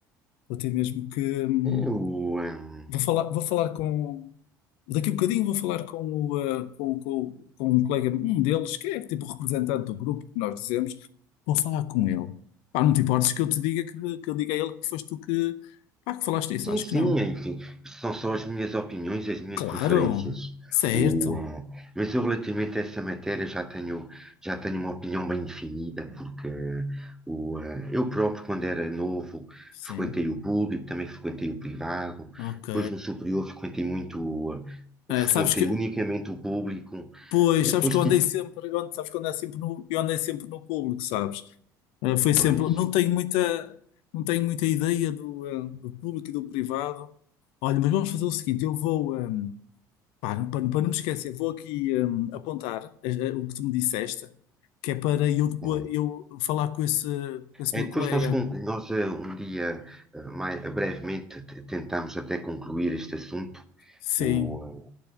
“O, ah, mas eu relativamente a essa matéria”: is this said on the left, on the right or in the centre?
Centre